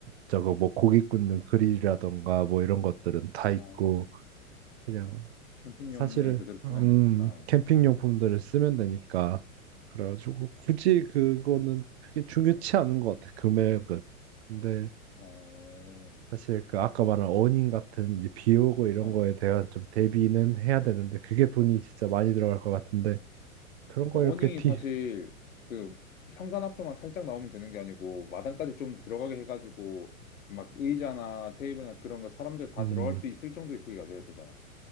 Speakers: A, on the right; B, on the left.
A: 저거, 뭐, 고기 굽는 그릴이라던가, 뭐, 이런 것들은 다 있고,
B: 아,
A: 그냥,
B: 캠핑용을
A: 사실은,
B: 그대로 쓰면
A: 음,
B: 되니까.
A: 캠핑 용품들을 쓰면 되니까. 그래가지고, 굳이 그거는 크게 중요치 않은 것 같아, 금액은. 근데,
B: 어,
A: 사실 그 아까 말한 어닝 같은 이제 비 오고 이런
B: 어.
A: 거에 대한 좀 대비는 해야 되는데 그게 돈이 진짜 많이 들어갈 것 같은데 그런
B: 그러니까
A: 거 이렇게
B: 어닝이
A: 뒤
B: 사실 그 현관 앞에만 살짝 나오면 되는 게 아니고 마당까지 좀 들어가게 해가지고 막 의자나 테이블이나 그런 거 사람들 다
A: 음.
B: 들어갈 수 있을 정도의 크기가 돼야 되잖아.